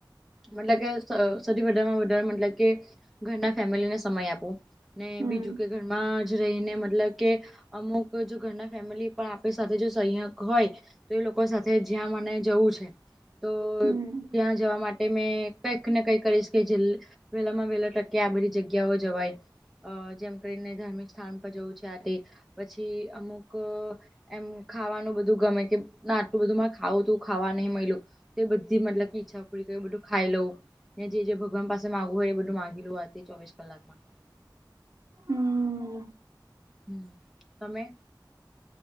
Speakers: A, in the centre; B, on the right.
A: મતલબ કે સોથી <unintelligible> મતલબ કે ઘરના ફેમિલીને સમય આપવો ને
B: હમ
A: બીજું કે ઘરમાં જ રહીને મતલબ કે અમુક જો ઘરના ફેમિલી પણ આપડી સાથે જો સંય હોય તો એ લોકો સાથે જ્યાં મને જવું છે તો
B: હમ
A: ત્યાં જવા માટે મેં કંઈક ને કંઈક કરીશ કે જે વેલા માં વહેલા ટકે આ બધી જગ જગ્યાઓ જવાય જેમ કરીને ધાર્મિક સ્થાન પર જવું છે આતી પછી અમુક એમ ખાવાનું બ ધૂ ગમે કે ના આટલું બધું ખાવું તું ખાવા નહી મયલુ એ બધી મતલબ કે ઈચ્છા પૂરી બધું ખાઈ લઉ ને જે જે ભગવાન પાસે માંગવુ હોય એ બધું માગી લઉ આજે ચોવીસ કલાક માં
B: હમ
A: હમ તમે